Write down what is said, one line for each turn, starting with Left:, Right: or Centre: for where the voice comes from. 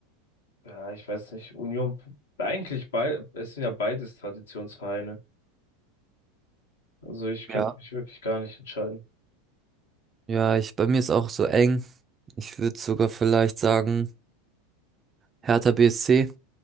Left: ja, ich weiß nicht, Union, eigentlich bei, es sind ja beides Traditionsvereine. Also ich könnte
Right: ja
Left: mich wirklich gar nicht entscheiden.
Right: Ja, ich, bei mir ist auch so eng. Ich würde sogar vielleicht sagen, Hertha BSC,